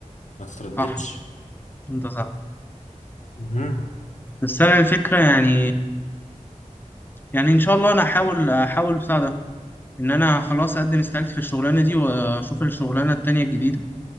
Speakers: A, on the left; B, on the left.
A: ما تترددش
B: صح انت صح
A: مم.
B: بس انا الفكرة يعني يعني ان شاء الله انا احاول احاول بتاع ده ان انا خلاص اقدم استقالتي في الشغلانه دي واشوف الشغلانه التانية الجديده